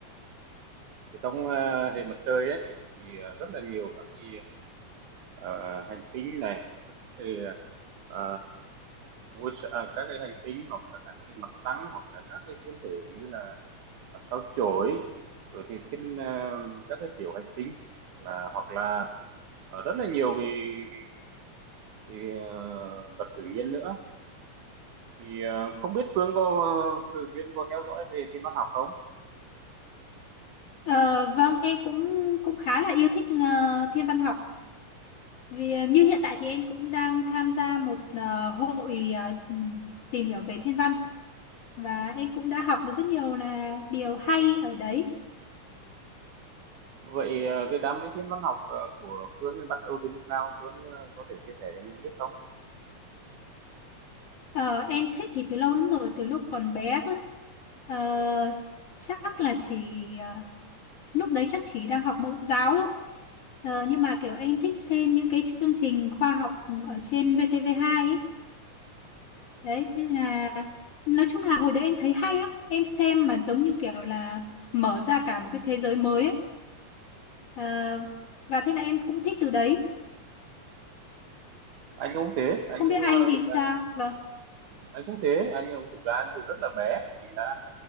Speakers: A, on the right (about 80°); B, on the left (about 50°).
A: ở trong à, hệ mặt trời ấy thì à, rất là nhiều các cái à, hành tinh này thì, à, ngôi sa- à, các cái hành tinh hoặc là các cái mặt trăng hoặc là các cái thiên thể như là sao chổi rồi thì thiên à, các cái tiểu hành tinh là hoặc là à, rất là nhiều cái, cái, cái à, vật tự nhiên nữa thì à, không biết Phương có uh, thường xuyên có theo dõi về thiên văn học không?
B: Ờ, vâng, em cũng cũng khá là yêu thích ờ, thiên văn học. Vì ờ, như hiện tại thì em cũng đang tham gia một ờ, hội ờ, ừm, tìm hiểu về thiên văn và em cũng đã học được rất nhiều là điều hay ở đấy.
A: vậy ờ, cái đam mê thiên văn học ờ, của Phương thì bắt đầu từ lúc nào Phương ờ, có thể chia sẻ cho mình biết không
B: Ờ, em thích thì từ lâu lắm rồi, từ lúc còn bé cơ. Ờ, chắc là chỉ ờ, lúc đấy chắc chỉ đang học mẫu giáo thôi. Ờ, nhưng mà kiểu em thích xem những cái chương trình khoa học ở trên vtv hai ấy. Đấy, thế là nói chung là hồi đấy em thấy hay lắm. Em xem mà giống như kiểu là mở ra cả một cái thế giới mới ấy. Ờ, và thế là em cũng thích từ đấy.
A: anh cũng thế
B: Không
A: anh cũng
B: biết anh
A: ờ,
B: thì
A: thực
B: sao?
A: ra
B: Vâng,
A: anh cũng thế anh cũng thực ra thì rất là bé mình đã